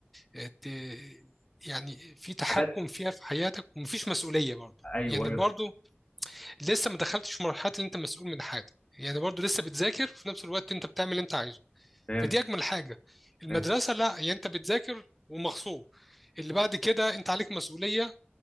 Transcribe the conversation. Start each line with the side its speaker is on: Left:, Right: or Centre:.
Centre: آه، ت- يعني في تحكم
Left: حاجات
Centre: فيها في حياتك ومفيش مسؤولية برضو
Left: ايوه
Centre: يعني
Left: ايوه
Centre: برضو لسه ما دخلتش في مرحلة ان انت مسؤول من حاجة يعني برضو لسه بتذاكر وفي نفس الوقت انت بتعمل اللي انت عايزه
Left: فهمت
Centre: فدي اجمل حاجة المدرسة
Left: فهمت
Centre: لا يعني انت بتذاكر ومغصوب اللي بعد كده انت عليك مسؤولية